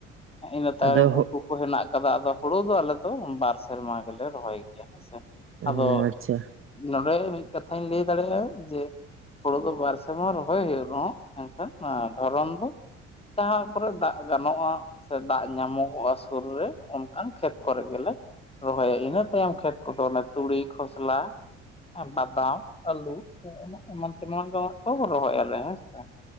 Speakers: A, on the left; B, on the right.
A: ᱤᱱᱟᱹ ᱛᱟᱭᱚᱢ
B: ᱟᱫᱚ
A: ᱩᱛᱩ ᱠᱚ ᱦᱮᱱᱟᱜ ᱠᱟᱫᱟ, ᱟᱫᱚ ᱦᱩᱲᱩ ᱫᱚ ᱟᱞᱮ ᱫᱚ ᱵᱟᱨ ᱥᱮᱨᱢᱟ ᱜᱮᱞᱮ ᱨᱚᱦᱚᱭ ᱜᱮᱭᱟ ᱦᱮᱸ ᱥᱮ᱾
B: ᱚ
A: ᱟᱫᱚ
B: ᱟᱪᱪᱷᱟ
A: ᱱᱚᱸᱰᱮ ᱢᱤᱫ ᱠᱟᱛᱷᱟᱧ ᱞᱟᱹᱭ ᱫᱟᱲᱮᱭᱟᱜ-ᱟ ᱡᱮ, ᱦᱩᱲᱩ ᱫᱚ ᱵᱟᱨ ᱥᱮᱢᱟ ᱨᱚᱦᱚᱭ ᱦᱩᱭᱩᱜ ᱨᱮᱦᱚᱸ, ᱮᱱᱠᱷᱟᱱ ᱱᱚᱣᱟ ᱫᱷᱚᱨᱚᱱ ᱫᱚ ᱡᱟᱦᱟᱸ ᱠᱚᱨᱮ ᱫᱟᱜ ᱜᱟᱱᱚᱜ-ᱟ ᱥᱮ ᱫᱟᱜ ᱧᱟᱢᱚᱜᱚᱜ-ᱟ ᱥᱩᱨ ᱨᱮ ᱚᱱᱠᱟᱱ ᱠᱷᱮᱛ ᱠᱚᱨᱮ ᱜᱮᱞᱮ ᱨᱚᱦᱚᱭᱟ᱾ ᱤᱱᱟᱹ ᱛᱟᱭᱚᱢ ᱠᱷᱮᱛ ᱠᱚᱫᱚ ᱚᱱᱮ ᱛᱩᱲᱤ, ᱠᱷᱚᱥᱞᱟ, ᱟᱨ ᱵᱟᱫᱟᱢ, ᱟᱹᱞᱩ ᱮᱢᱟ-ᱮᱢᱟᱱ ᱛᱮᱢᱟᱟᱱ ᱫᱚ ᱦᱟᱸᱜ ᱠᱚ ᱨᱚᱦᱚᱭᱟᱞᱮ ᱦᱮᱸ ᱥᱮ᱾